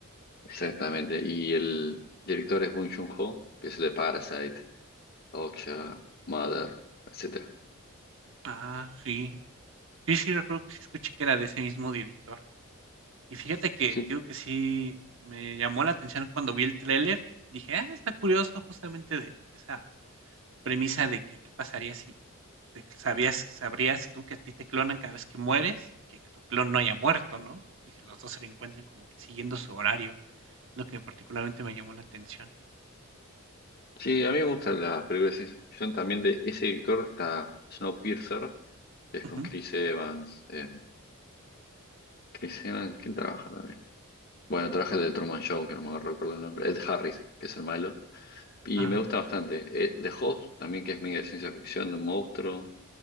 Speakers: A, on the left (about 45°); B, on the right (about 60°).
A: Exactamente. Y el director es Bong Joon-ho, que es el de Parasite, Okja, Mother, etcétera.
B: Ah, sí. Sí, sí, recuerdo que sí escuché que era de ese mismo director. Y fíjate que,
A: Sí.
B: digo que sí me llamó la atención cuando vi el tráiler. Dije, ah, está curioso justamente de esa premisa de que qué pasaría si te sabías, sabrías tú que a ti te clonan cada vez que mueres y que tu clon no haya muerto, ¿no? Y si los dos se reencuentren como que siguiendo su horario. Lo que particularmente me llamó la atención.
A: Sí, a mí me gustan las películas de ciencia ficción. También de ese director está Snowpiercer, que es con
B: Ujú.
A: Chris Evans. eh, Chris Evans, ¿quién trabaja también? Bueno, trabaja el de Truman Show, que no me recuerdo el nombre. Ed Harris, que es el malo. Y
B: Ah,
A: me gusta bastante. Eh, The Host, también que es medio de ciencia ficción, de un monstruo.